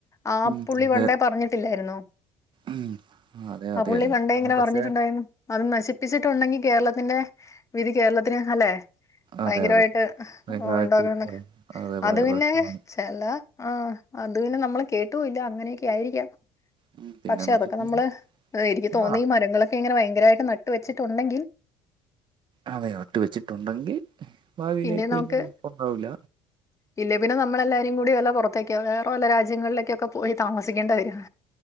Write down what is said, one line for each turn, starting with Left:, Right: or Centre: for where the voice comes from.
Left: ആ
Right: ഉം
Left: പുള്ളി
Right: അതെ
Left: പണ്ടെ പറഞ് ല്ലായിരുന്നോ
Right: ഉം അതെ
Left: ആഹ്
Right: അതെ
Left: പുള്ളി
Right: എന്നാ
Left: പണ്ടേ ഇങ്ങനെ പറഞ്ഞിട്ടുണ്ടായിന്നു.
Right: പക്ഷെ
Left: അത് നശിപ്പിച്ചിട്ടുണ്ടെങ്കി കേരളത്തിന്റെ വിധി കേരളത്തിന് അല്ലെ.
Right: അതെ
Left: ഭയങ്കരമായിട്ട്
Right: അതെ ഭയങ്കരമായിട്ട്
Left: ഉണ്ടാകുംന്നൊക്കെ
Right: പറയാം. അതെ പറയാ
Left: അത് പിന്നെ.
Right: പ്രശ്നമാണ്
Left: എല്ല ആഹ് അത് പിന്നെ നമ്മള് കേട്ടൂല്ല അങ്ങനെയൊക്കെ ആയിരിക്കാം.
Right: ഉം, പിന്നെന്ന്
Left: പക്ഷെ അതൊക്കെ
Right: വെച്ച് കഴിഞ്ഞാൽ
Left: നമ്മള് എനിക്ക് തോന്നി
Right: ആ
Left: ഈ മരങ്ങളൊക്കെ ഇങ്ങനെ ഭയങ്കരായിട്ട് നട്ട് വെച്ചിട്ടുണ്ടെങ്കി.
Right: അതെ നട്ട് വെച്ചിട്ടുണ്ടെങ്കി ഭാവിയിലേക്ക്
Left: പിന്നെ നമുക്ക്
Right: വല്യേഴപ്പണ്ടാവൂല്ല.
Left: ഇല്ലേ പിന്നെ നമ്മളല്ലാരും കൂടി വല്ല പൊറത്തേക്കോ വേറെ വല്ല രാജ്യങ്ങളിലേക്കൊക്കെ പോയി താമസിക്കേണ്ടി വരും.